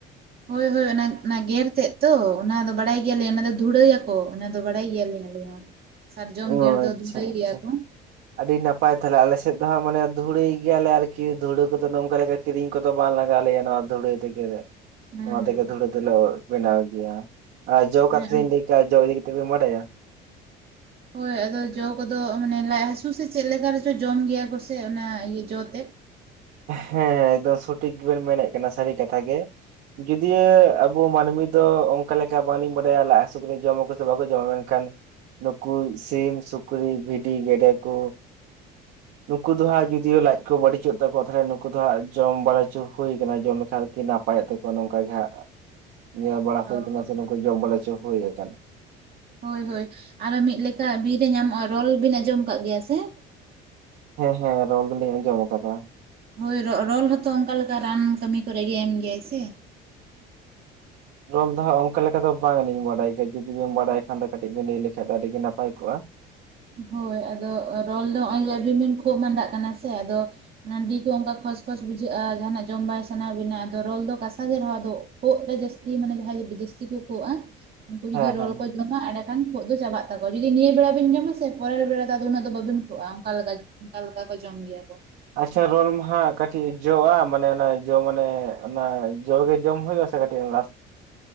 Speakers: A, on the right; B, on the right.
A: ᱦᱳᱭ ᱦᱳᱭ ᱾ ᱚᱱᱟ ᱚᱱᱟ ᱜᱮᱨ ᱛᱮᱫ ᱛᱚ ᱚᱱᱟ ᱫᱚ ᱵᱟᱲᱟᱭ ᱜᱮᱭᱟᱞᱤᱧ ᱚᱱᱟ ᱫᱚ ᱫᱷᱩᱲᱟᱹᱭ ᱟᱠᱚ ᱚᱱᱟ ᱫᱚ ᱵᱟᱲᱟᱭ ᱜᱮᱭᱟᱞᱤᱧ ᱟᱹᱞᱤᱧ ᱾ ᱥᱟᱨᱡᱚᱢ
B: ᱚ
A: ᱜᱮᱨ ᱫᱚ
B: ᱟᱪᱪᱷᱟ
A: ᱫᱷᱩᱲᱟᱹᱭ ᱜᱮᱭᱟ
B: ᱟᱪᱪᱷᱟ
A: ᱠᱚ ᱾
B: ᱟᱹᱰᱤ ᱱᱟᱯᱟᱭ ᱛᱟᱦᱚᱞᱮ ᱟᱞᱮ ᱥᱮᱫ ᱫᱚ ᱦᱟᱸᱜ ᱢᱟᱱᱮ ᱫᱷᱩᱲᱟᱹᱭ ᱜᱮᱭᱟᱞᱮ ᱟᱨᱠᱤ ᱫᱷᱩᱲᱟᱹ ᱠᱚᱫᱚ ᱱᱚᱝᱠᱟ ᱞᱮᱠᱟ ᱠᱤᱨᱤᱧ ᱠᱚᱫᱚ ᱵᱟᱝ ᱞᱟᱜᱟᱣ ᱟᱞᱮᱭᱟ ᱱᱚᱣᱟ ᱫᱷᱩᱲᱟᱹ ᱛᱮᱜᱮ
A: ᱦᱮᱸ
B: ᱱᱚᱣᱟ ᱛᱮᱜᱮ ᱫᱷᱩᱲᱟᱹᱫᱚᱞᱮ ᱵᱮᱱᱟᱣ ᱜᱮᱭᱟ ᱟᱨ ᱡᱚ
A: ᱦᱮᱸ
B: ᱠᱟᱛᱷᱟᱧ ᱞᱤᱧ ᱡᱚ ᱤᱫᱤ ᱠᱟᱛᱮᱫ ᱵᱤᱱ ᱵᱟᱰᱟᱭᱟ?
A: ᱦᱳᱭ ᱟᱫᱚ ᱡᱚ ᱠᱚᱫᱚ ᱢᱟᱱᱮ ᱞᱟᱡ ᱦᱟᱹᱥᱩ ᱥᱮ ᱪᱮᱫ ᱞᱮᱠᱟ ᱨᱮᱪᱚ ᱡᱚᱢ ᱜᱮᱭᱟ ᱠᱚᱥᱮ ᱚᱱᱟ ᱤᱭᱟᱹ ᱡᱚ ᱛᱮᱫ?
B: ᱦᱮᱸ ᱮᱠᱫᱚᱢ ᱥᱚᱴᱷᱤᱠ ᱵᱮᱱ ᱢᱮᱱᱮᱫ ᱠᱟᱱᱟ ᱥᱟᱹᱨᱤ ᱠᱟᱛᱷᱟ ᱜᱮ᱾ ᱡᱩᱚᱫᱤᱭᱳ ᱟᱵᱚ ᱢᱟᱹᱱᱢᱤ ᱫᱚ ᱚᱱᱠᱟ ᱞᱮᱠᱟ ᱵᱟᱹᱞᱤᱧ ᱵᱟᱰᱟᱭᱟ ᱞᱟᱡ ᱦᱟᱹᱥᱩᱧ ᱡᱚᱢᱟᱠᱚ ᱥᱮ ᱵᱟᱠᱚ ᱡᱚᱢᱟ ᱢᱮᱱᱠᱷᱟᱱ ᱱᱩᱠᱩ ᱥᱤᱢ ᱥᱩᱠᱨᱤ ᱵᱷᱤᱰᱤ ᱜᱮᱰᱮ ᱠᱚ ᱱᱩᱠᱩ ᱫᱚ ᱦᱟᱸᱜ ᱡᱩᱫᱤᱭᱳ ᱞᱟᱡ ᱠᱚ ᱵᱟᱹᱲᱤᱡᱚᱜ ᱛᱟᱠᱚ ᱛᱟᱦᱚᱞᱮ ᱱᱩᱠᱩ ᱫᱚ ᱦᱟᱸᱜ ᱡᱚᱢ ᱵᱟᱲᱟ ᱦᱚᱪᱚ ᱦᱩᱭ ᱟᱠᱟᱱᱟ ᱡᱚᱢ ᱞᱮᱠᱷᱟᱱ ᱟᱨᱠᱤ ᱱᱟᱯᱟᱭᱚᱜ ᱛᱟᱠᱚᱣᱟ ᱱᱚᱝᱠᱟ ᱜᱮ ᱦᱟᱸᱜ᱾
A: <unintelligible>
B: ᱧᱮᱞ ᱵᱟᱲᱟ
A: ᱚ
B: ᱦᱩᱭ ᱠᱟᱱᱟ
A: ᱚ
B: ᱥᱮ ᱱᱩᱠᱩ ᱡᱚᱢ ᱵᱟᱲᱟ ᱪᱚ ᱦᱩᱭ ᱟᱠᱟᱱᱟ ᱾
A: ᱦᱳᱭ ᱦᱳᱭ ᱟᱨ ᱢᱤᱫ ᱞᱮᱠᱟ ᱵᱤᱨ ᱨᱮ ᱧᱟᱢᱚᱜᱼᱟ ᱨᱳᱞ ᱵᱤᱱ ᱟᱸᱢᱚᱢ ᱟᱠᱟᱫ ᱜᱮᱭᱟ ᱥᱮ?
B: ᱦᱮᱸ ᱦᱮᱸ ᱨᱳᱞ ᱫᱚᱞᱤᱧ ᱟᱸᱡᱚᱢ ᱟᱠᱟᱫᱟ ᱾
A: ᱦᱳᱭ ᱨᱚᱞ ᱦᱚᱸᱛᱚ ᱚᱱᱠᱟ ᱞᱮᱠᱟ ᱨᱟᱱ ᱠᱟᱹᱢᱤ ᱠᱚᱨᱮ ᱜᱮ ᱮᱢ ᱜᱮᱭᱟᱭ ᱥᱮ᱾
B: ᱨᱚᱞ ᱫᱚ ᱦᱟᱸᱜ ᱚᱱᱠᱟ ᱞᱮᱠᱟ ᱫᱚ ᱵᱟᱝ ᱟᱹᱞᱤᱧ ᱵᱟᱲᱟᱭ ᱜᱮᱭᱟ, ᱡᱩᱫᱤ ᱵᱮᱱ ᱵᱟᱲᱟᱭ ᱠᱷᱟᱱ ᱫᱚ ᱠᱟᱹᱴᱤᱡ ᱵᱮᱱ ᱞᱟᱹᱭ ᱞᱮᱠᱷᱟᱱᱡ ᱫᱚ ᱟᱹᱰᱤᱜ ᱱᱟᱯᱟᱭ ᱠᱚᱜᱼᱟ?
A: ᱦᱳᱭ ᱟᱫᱚ ᱨᱚᱞ ᱫᱚ ᱱᱚᱜ ᱚᱭ ᱡᱮ ᱨᱤᱢᱤᱞ ᱠᱚ ᱵᱟᱸᱫᱟ ᱠᱟᱱᱟ ᱥᱮ ᱟᱫᱚ ᱱᱟᱰᱤᱨᱤ ᱠᱚ ᱚᱱᱠᱟ ᱠᱷᱚᱥ ᱠᱷᱚᱥ ᱵᱩᱡᱷᱟᱹᱜᱼᱟ ᱡᱟᱦᱟ ᱱᱟᱜ ᱡᱚᱢ ᱵᱟᱭ ᱥᱟᱱᱟ ᱵᱤᱱᱟ ᱟᱫᱚ ᱨᱚᱞ ᱫᱚ ᱠᱟᱥᱟ ᱜᱮ ᱨᱮᱦᱚᱸ ᱟᱫᱚ ᱾ ᱠᱷᱳᱜ ᱨᱮ ᱡᱟᱹᱥᱛᱤ ᱢᱟᱱᱮ ᱡᱟᱦᱟᱸᱭ ᱡᱟᱹᱥᱛᱤ ᱠᱚ ᱠᱷᱳᱜᱼᱟ ᱩᱱᱠᱩ ᱡᱩᱫᱤ
B: ᱦᱮᱸ
A: ᱨᱚᱞ
B: ᱦᱮᱸ ᱦᱮᱸ
A: ᱠᱚ ᱡᱚᱢᱟ ᱮᱸᱰᱮᱠᱷᱟᱱ ᱠᱷᱳᱜ ᱫᱚ ᱪᱟᱵᱟᱜ ᱛᱟᱠᱚᱣᱟ ᱡᱩᱫᱤ ᱱᱤᱭᱟᱹ ᱵᱮᱲᱟ ᱵᱤᱱ ᱡᱚᱢᱟ ᱟᱥᱮ ᱯᱚᱨᱮᱨ ᱵᱮᱲᱟ ᱫᱚ ᱟᱫᱚ ᱩᱱᱟᱹᱜ ᱫᱚ ᱵᱟᱟᱹᱵᱤᱱ ᱠᱷᱜᱼᱟ ᱚᱱᱠᱟ ᱞᱮᱠᱟ ᱚᱱᱠᱟ ᱞᱮᱠᱟ ᱠᱚ ᱡᱚᱢ ᱜᱮᱭᱟ ᱠᱚ ᱾
B: ᱟᱪᱪᱷᱟ ᱨᱚᱞ ᱢᱟ ᱦᱟᱸᱜ ᱠᱟᱹᱴᱤᱡ ᱡᱚᱜᱼᱟ ᱢᱟᱱᱮ ᱚᱱᱟ ᱡᱚ ᱢᱟᱱᱮ ᱚᱱᱟ ᱡᱚ ᱜᱮ ᱡᱚᱢ ᱦᱩᱭᱩ ᱟᱥᱮ ᱠᱟᱹᱴᱤᱡ <inaudible>